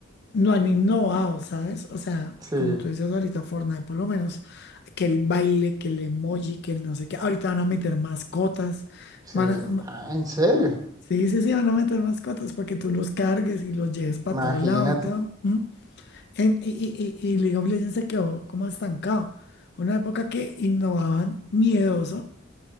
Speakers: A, on the left (about 55°); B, on the right (about 20°).
A: no han innovado, ¿sabes? O sea,
B: Sí,
A: como tú decías ahorita, Fortnite, por lo menos, que el baile, que el emoji, que el no sé qué. Ahorita van a meter mascotas.
B: sí.
A: Van a- m-
B: Ah, en serio.
A: sí, sí, sí, van a meter mascotas para que tú los cargues y los lleves para
B: imagínate
A: todo lado y todo. ¿m? En- y, y, y y League of Legends se quedó como estancado. Una época que innovaban miedoso,